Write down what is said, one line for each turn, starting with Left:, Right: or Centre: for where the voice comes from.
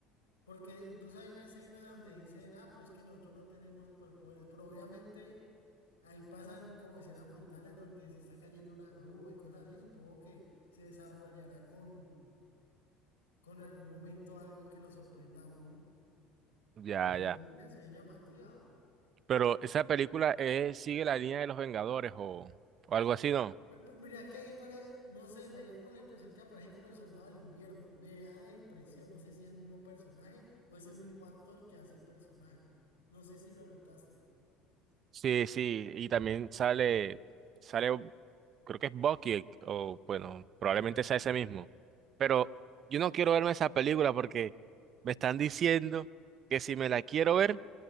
Left: porque incluso hay una escena donde dicen, ah, pero es que nosotros no tenemos superpoderes, pero obviamente ahí pasan como escenas brutales donde se está cayendo una grúa y cosas así, supongo que se desarrollará con, con algún momento algo que lo sorprenda a uno,
Right: ya,
Left: pero se
Right: ya.
Left: ve buena, se ve llamativa.
Right: Pero esa película eh, sigue la línea de los Vengadores o, o algo así, ¿no?
Left: Mi- mi- Mira que ahí pare no sé, me dio como la impresión que aparece como el soldado del invierno. Me da la impresión, no sé si es el mismo personaje o es el mismo actor que hace el personaje. No sé si lo notaste.
Right: Sí, sí, y también sale, sale, creo que es Bucky, el- o bueno, probablemente sea ese mismo. Pero yo no quiero verme esa película porque me están diciendo que si me la quiero ver,